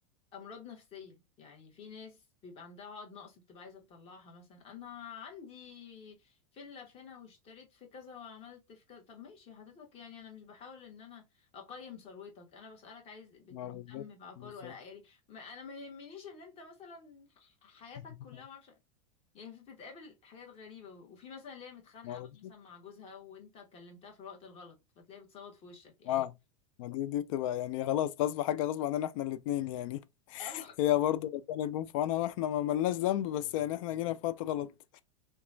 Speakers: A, on the left; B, on the left.
A: امراض نفسيه يعني في ناس بيبقى عندها عقد نقص بتبقى عايزه تطلعها مثلا انا عندي فيلا في هنا واشتريت في كذا وعملت في كذا طب ماشي حضرتك يعني انا مش بحاول ان انا اقيم ثروتك انا بسالك عايز بت-
B: ما
A: مهتم
B: بالظبط
A: بعقار
B: بالظبط
A: ولا لأ؟ يعني ما انا ما يهمنيش ان انت مثلا ح- حياتك
B: <laughs>
A: كلها ما اعرفش يعني في- بتتقابل حاجات غريبه وفي مثلا اللي هي متخانقه
B: ما
A: بقى
B: بالظبط
A: مثلا مع جوزها وانت كلمتها في الوقت الغلط فتلاقيها بتصوت في وشك يعني
B: اه ما دي دي بتبقى يعني خلاص غصب حاجه غصب عننا احنا الاثنين يعني
A: اه
B: هي برضه ربنا يكون في عونها واحنا ما ملناش ذنب بس يعني احنا جينا في وقت غلط